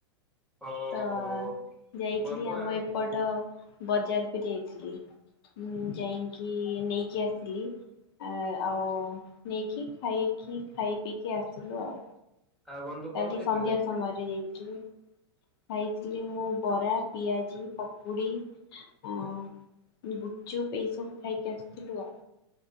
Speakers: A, in the centre; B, on the left.
A: ଓହୋ
B: ତ ଯାଇଥିଲି
A: ବନ୍ଧୁ
B: ଆମ
A: ଆଉ
B: ଏପଟ ବଜାରକୁ ଯାଇଥିଲି। ହଁ ଯାଇକି ନେଇକି ଆସିଲି। ଆଉ ନେଇକି ଖାଇକି ଖାଇ ପିଇକି ଆସିଲୁ ଆଉ।
A: ଆଉ ବନ୍ଧୁ କଣ
B: କାଲି
A: ଖାଇଥିଲେ?
B: ସନ୍ଧ୍ୟା ସମୟରେ ଯାଇଥିଲି। ଖାଇଥିଲି ମୁଁ ବରା ପିଆଜି ପକୁଡ଼ି ଆ ଗୁପ୍ ଚୁପ୍ ଏଇ ସବୁ ଖାଇକି ଆସିଥିଲୁ ଆଉ।